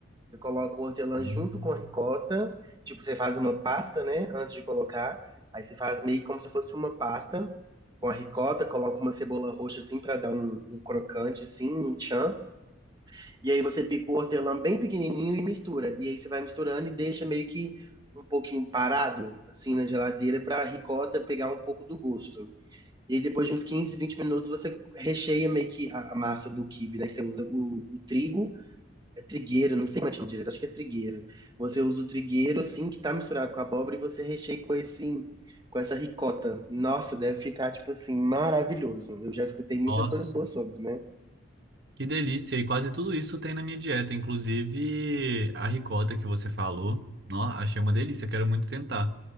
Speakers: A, on the right; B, on the right.
A: Você coloca o hortelã
B: Uhum.
A: junto com a ricota. Tipo, você faz uma pasta, né? Antes de colocar. Aí você faz meio como se fosse uma pasta com a ricota. Coloca uma cebola roxa assim pra dar um, um crocante, assim, um tchan. E aí você pica o hortelã bem pequenininho e mistura. E aí você vai misturando e deixa meio que um pouquinho parado, assim, na geladeira, para a ricota pegar um pouco do gosto. E aí depois de uns 15 20 minutos, você recheia meio que a, a massa do quibe, né? Você usa o, o trigo, é trigueiro, não sei como é que chama direito, acho que é trigueiro. Você usa o trigueiro, assim, que tá misturado com a abóbora e você recheia com esse... Com essa ricota. Nossa, deve ficar, tipo assim, maravilhoso. Eu já escutei muitas
B: Nossa.
A: coisas boas sobre, né?
B: Que delícia! E quase tudo isso tem na minha dieta, inclusive a ricota que você falou. Nó, achei uma delícia, quero muito tentar.